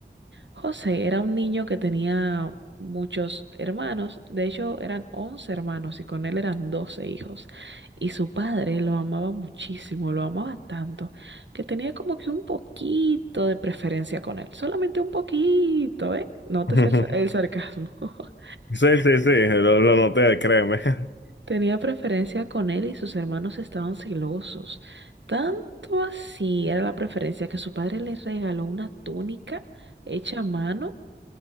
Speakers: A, on the right; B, on the left.
A: José era un niño que tenía muchos hermanos, de hecho eran 11 hermanos y con él eran 12 hijos. Y su padre lo amaba muchísimo, lo amaba tanto, que tenía como que un poquito de preferencia con él, solamente un poquito, ¿eh? Notes
B: <laughs>
A: el, sa- el sarcasmo. <laughs>
B: Sí, sí, sí, lo, lo noté, créeme. <laughs>
A: Tenía preferencia con él y sus hermanos estaban celosos. Tanto así era la preferencia que su padre le regaló una túnica hecha a mano